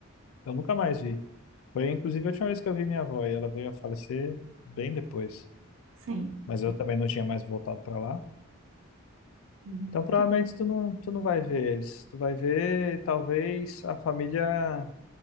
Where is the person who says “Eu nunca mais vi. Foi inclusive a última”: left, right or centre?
Left